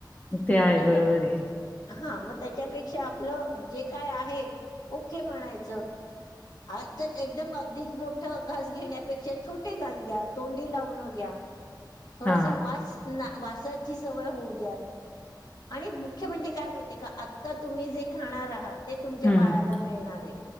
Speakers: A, on the left (about 20°); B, on the left (about 60°).
A: ते आहे
B: त्याच्यात
A: बरोबर आहे.
B: हा मग त्यांच्यापेक्षा आपलं जे काय आहे ओके म्हणायचं आ तर एकदम अगदीच मोठं घास घेण्यापेक्षा छोटे घास घ्या तोंडी लावणं घ्या. थोडासा
A: हा
B: वास ना वासाची सवय होऊ द्या आणि मुख्य म्हणजे काय माहिती आहे, का आता तुम्ही जे खाणार आहात ते तुमच्या
A: हम्म
B: बाळाला
A: हम्म.
B: येणार आहे